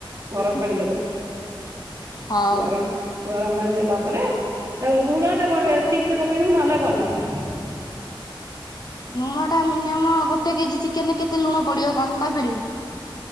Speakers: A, on the right; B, on the left.
A: ଗରମ ପାଣି ଦବୁ
B: ହଉ
A: ଗରମ ଗରମ ପାଣି ଦେଲା ପରେ ତା ଲୁଣ ଟା ବଡ ଠିକ ସେ ପକେଇଦବୁ ନହେଲେ ଗଲାନ
B: ଲୁଣ ଟା ମିନିମମ୍ ଗୋଟେ କେଜି ଚିକେନ ରେ କେତେ ଲୁଣ ପଡିବ କନି କହିପାରିବୁ?